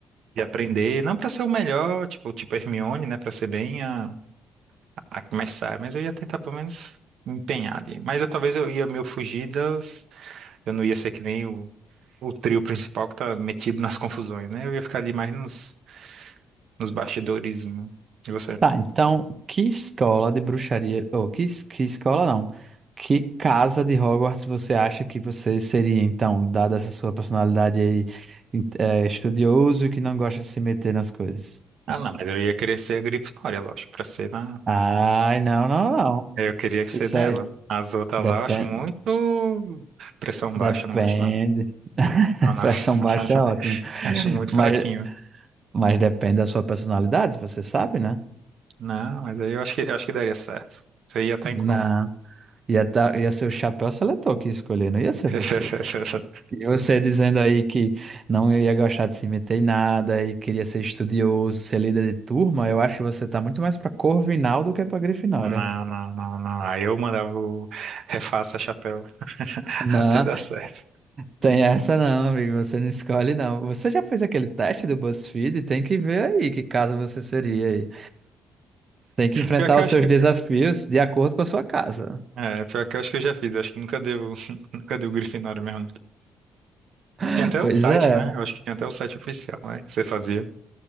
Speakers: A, on the right; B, on the right.
A: de aprender. Não pra ser o melhor, tipo, tipo Hermione, né? Pra ser bem a, a que mais sabe, mas eu ia tentar pelo menos me empenhar ali. Mas eu, talvez eu ia meio fugir das. Eu não ia ser que nem o, o trio principal que tá metido nas confusões, né? Eu ia ficar ali mais nos, nos bastidorezinho. E você?
B: Tá, então, que escola de bruxaria, ou que, es- que escola não, que casa de Hogwarts você acha que você seria, então, dada essa sua personalidade aí, in- é, estudioso e que não gosta de se meter nas coisas?
A: Ah, não, mas eu ia querer ser a Grifinória, lógico, pra ser na.
B: Ai, não, não, não.
A: É, Eu queria ser
B: Isso
A: dela.
B: aí
A: As outras
B: depende,
A: lá eu acho muito pressão
B: depende.
A: baixa, eu não gosto não.
B: <laughs>
A: Ah, não.
B: Pressão
A: <laughs>
B: baixa é ótimo.
A: Acho muito
B: Mas,
A: fraquinho.
B: mas depende da sua personalidade, você sabe, né?
A: Não, mas aí eu acho que, eu acho que daria certo. Você ia estar
B: Não.
A: em qual?
B: Ia, tá, ia ser o chapéu seletor que ia escolher, não ia
A: <laughs>
B: ser você. E você dizendo aí que não ia gostar de se meter em nada e queria ser estudioso, ser líder de turma, eu acho que você tá muito mais pra Corvinal do que pra Grifinória.
A: Não, não, não, não. Aí eu mandava o refaça chapéu <laughs>
B: Não.
A: até dar certo.
B: Tem essa não, amigo. Você não escolhe, não. Você já fez aquele teste do BuzzFeed? Tem que ver aí que casa você seria aí. Tem que enfrentar
A: Pior que
B: os
A: eu acho
B: seus
A: que,
B: desafios de acordo com a sua casa.
A: É, pior que eu acho que eu já fiz, acho que nunca deu, <laughs> nunca deu Grifinória mesmo. não.
B: <laughs>
A: Tinha até
B: Pois
A: o site,
B: é.
A: né? Eu acho que tinha até o site oficial, né? Que você fazia.